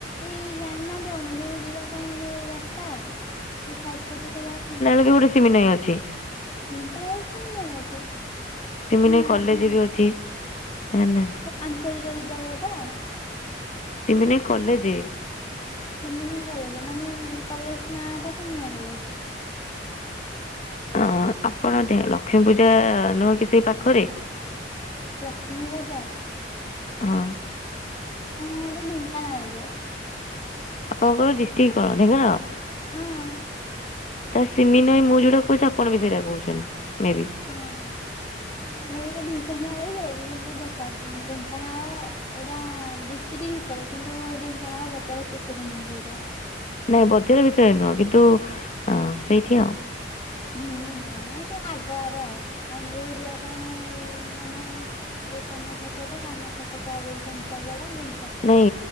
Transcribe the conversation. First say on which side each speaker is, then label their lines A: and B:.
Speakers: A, on the left (about 25°); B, on the left (about 40°).
A: ଏଇ ଜାଣିନାହାନ୍ତି ଅନୁଗୁଳ ଯିବା ପାଇଁ ଯୋଉ ରା। ସ୍ତା ସେ ସାଇଟ୍ ପଟେ ତ ଯାନ୍ତି।
B: ସେ ଗୋଟେ ସିମିନାଇ ଅଛି।
A: ଢେଙ୍କାନାଳରେ ସିମିନାଇ ଅଛି
B: ସିମିନାଇ
A: ନାଇ।
B: କଲେଜ ବି ଅଛି ଜାଣିନାହାନ୍ତି
A: ଆଞ୍ଚଳିକ ବିଦ୍ୟାଳୟ ତ।
B: ସିମିନାଇ କଲେଜ୍।
A: ସିମିନାଇ କଲେଜ ମାନେ କଲେଜ ନା ଟା ସିମିନାଇ କଲେଜ୍।
B: ଅ ଆପଣ ଲକ୍ଷ୍ମୀ ପୂଜା ନୁହେଁ କି ସେଇ ପାଖରେ।
A: ଲକ୍ଷ୍ମୀ ବଜାର ଆଁ
B: ହଁ
A: ଏଟା ଢ଼େଙ୍କାନାଳରେ।
B: ଆପଣଙ୍କର ଡିଷ୍ଟିକ୍ କଣ ଢେଙ୍କାନାଳ
A: ହଁ
B: ତ ସିମିନାଇ ମୁଁ ଯୋଉଟା କୋହୁଛି। ଆପଣ ବି ସେଇଟା କହୁଛନ୍ତି ମେ ବି।
A: ହଁ। ହେଇଟା ଢେଙ୍କାନାଳ ଯେ କିନ୍ତୁ ଦେଖ ଢେଙ୍କାନାଳ ଏଇଟା ଡ଼ି। ଟି ଭିତରେ କିନ୍ତୁ ଢେଙ୍କାନାଳ ବଜାରେ ଭିତରେ ନୁହଁ ସେଇଟା।
B: ନାଇଁ ବଜାର ଭିତରେ ନୁହଁ କିନ୍ତୁ ଅ ସେଇଠି ଆଉ।
A: ହୁଁ ଢେଙ୍କାନାଳ ସେ ଆଗରେ ଆଉ ଅନୁଗୁଳ ଯିବା ପାଇଁ ମାନେ। ଏଇ କାମାକ୍ଷା ଛକ କାମାକ୍ଷା ଛକ ଆଗକୁ ଘୁଞ୍ଚା ପଡା ଘୁ।
B: ନାଇଁ